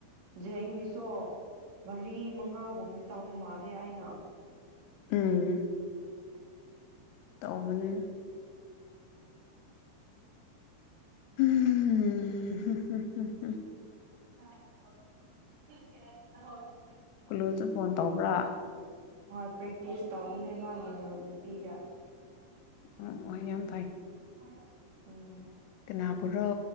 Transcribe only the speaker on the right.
ꯖꯒꯤ ꯁꯣ ꯃꯔꯤ ꯃꯉꯥꯒꯨꯝꯗꯤ ꯇꯥꯎꯕ ꯃꯥꯜꯂꯦ ꯑꯩꯅ
ꯍ
ꯍꯣꯏ ꯄ꯭ꯔꯦꯛꯇꯤꯁ ꯇꯧꯕꯅꯦ ꯃꯥꯒꯤ ꯃꯔꯨꯞ ꯅꯨꯄꯤꯒ
ꯁꯥꯔ ꯎꯝ